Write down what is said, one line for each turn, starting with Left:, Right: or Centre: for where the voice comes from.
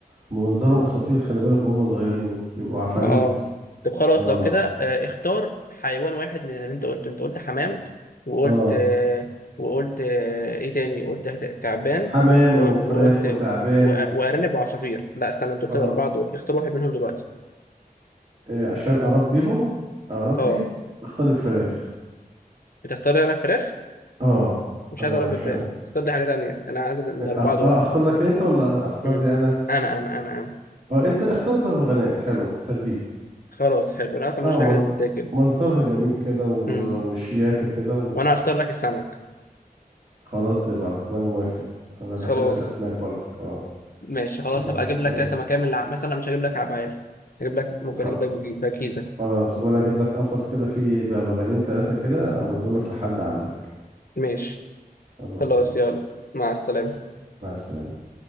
Right: ومنظرهم خطير خلي بالك وهم صغيرين يبقوا عفاريت
Left: اه طب خلاص
Right: اه
Left: لو كده آه، اختار حيوان واحد من اللي انت قلته انت قلت حمام وقلت
Right: اه
Left: آه، وقلت آه، ايه تاني قلت هت- تعبان
Right: حمام
Left: و-
Right: وفراخ
Left: وقلت
Right: وتعبان
Left: وأ- وارنب وعصافير لا استنى انت قلت
Right: اه
Left: الاربعه دول اختار واحد منهم دلوقتي
Right: آه، عشان اربيهم اربي
Left: اه
Right: اختار الفراخ
Left: هتختار لي انا فراخ
Right: اه
Left: مش
Right: انا
Left: عايز اربي
Right: عشان
Left: فراخ اختار لي حاجه تانيه انا عايز الاربعه
Right: آه، أخ...
Left: دول
Right: آه اختار لك انت ولا اختار
Left: امم
Right: لي انا
Left: انا انا انا انا
Right: اه انت اختار بغبغانات حلوه تسليك
Left: خلاص حلو انا اصلا
Right: اه
Left: مش في
Right: من...
Left: الحاجات اللي بتتاكل
Right: منظرها جميل كده و...
Left: امم
Right: وشياكه كده
Left: وانا اختار لك السمك
Right: وخلاص زي بعضك وانا موافق انا بحب
Left: خلاص
Right: الاسماك برضك اه
Left: ماشي خلاص
Right: خلاص
Left: هبقى اجيب لك
Right: تمام
Left: كاس سمكة من الع... مثلا مش هجيب لك عبعال هجيب لك ممكن
Right: وخ...
Left: اجيب لك بجي- بكيزة
Right: خلاص وانا اجيب لك قفص كده فيه بغبغانين ثلاثه كده اوديهم لك لحد عندك
Left: ماشي
Right: خلاص
Left: خلاص
Right: ماشي
Left: يلا مع السلامة
Right: ماشي مع السلامه